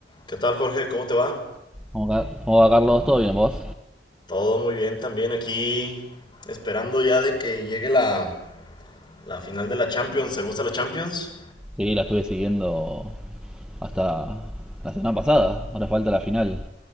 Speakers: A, on the left; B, in the centre.
A: ¿Qué tal, Jorge? ¿Cómo te va?
B: ¿Cómo, va Carlos? ¿Todo bien vos?
A: Todo muy bien también aquí. Esperando ya de que llegue la, la final de la Champions. ¿Te gusta la Champions?
B: Sí, la estuve siguiendo hasta la semana pasada. Ahora falta la final.